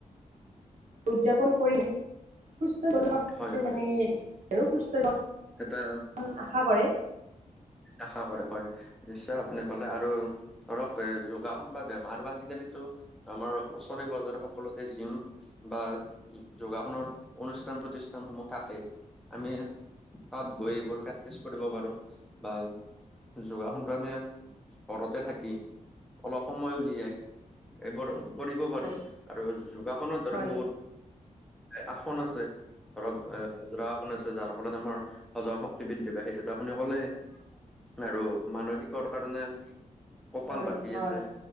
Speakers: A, on the right (about 65°); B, in the centre.
A: উদযাপন কৰি সুস্থ <unintelligible>
B: হয় হয়
A: মানে আৰু সুস্থ <unintelligible>
B: এটা
A: উম, আশা কৰে।
B: আশা কৰে হয়। নিশ্চয় আপুনি ক'লে আৰু ধৰক এ, যোগাসন বা বেমাৰো আজিকালিতো আমাৰ ওচৰে পাজৰে সকলোতে জিম বা যোগাসনৰ অনুষ্ঠান প্ৰতিষ্ঠানসমূহ থাকে, আমি তাত গৈ এইবোৰ প্ৰেক্টিচ কৰিব পাৰোঁ। বা যোগাসনটো আমি ঘৰতে থাকি অলপ সময় উলিয়াই এইবোৰ কৰিব পাৰোঁ
A: হয়
B: আৰু যোগাসনৰ দৰে
A: হয়
B: বহুত আসন আছে, ধৰক এ মুদ্ৰাসন আছে যাৰ ফলত আমাৰ হজম শক্তি বৃদ্ধি পায়, সেইটোতো আপুনি ক'লেই। আৰু মানসিকৰ কাৰণে কপাল
A: হয়
B: বাতি
A: হয়
B: আছে।